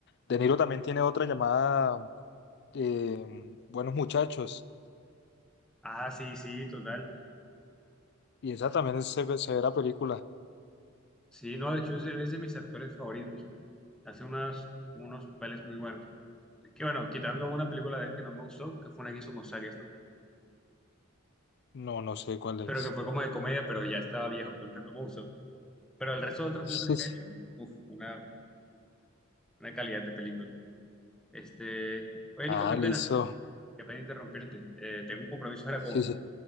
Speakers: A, on the left; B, in the centre.
A: De Niro también tiene otra llamada eh, Buenos Muchachos.
B: Ah, sí, sí, total.
A: Y esa también es se- se ve severa película.
B: Sí, no, de hecho es de, es de mis actores favoritos. Hace unas, unos papeles muy buenos. Que bueno, quitando una película de él que no me gustó, que fue una que hizo con Zac Efron,
A: No, no sé cuál es.
B: pero que fue como de comedia, pero ya estaba viejo, entonces no me gustó. Pero el resto de otras
A: Sí,
B: películas que
A: sí.
B: ha hecho, uff, una, una calidad de película. Este, oye,
A: Ah,
B: Nico, qué
A: listo.
B: pena, qué pena interrumpirte. Eh, tengo un compromiso ahora
A: Sí,
B: con,
A: sí.